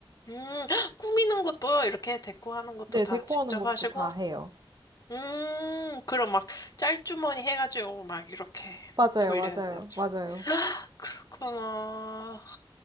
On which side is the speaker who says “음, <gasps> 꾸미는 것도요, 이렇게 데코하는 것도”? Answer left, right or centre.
Left